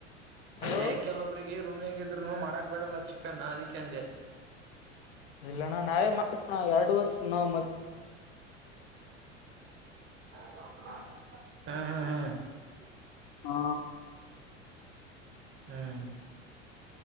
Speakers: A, on the left; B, on the right.
A: ಹಲೋ
B: ಅದೇ ಕೆಲವೊಬ್ರಿಗೆ ರೂಮ್ಗ ಇದ್ರುನು ಮಾಡಕ್ ಬರಲ್ಲ ಚಿಕನ್ ಅದಕ್ಕೆಂದೆ
A: ಇಲ್ಲಣ್ಣ ನಾವೇ ಮಾಡಣ ಎರಡ್ ವರ್ಷ ನಾವ್
B: ಹೌ ಹ್ಮ್ ಹ್ಮ್ ಹ್ಮ್
A: ಹಾ
B: ಹ್ಮ್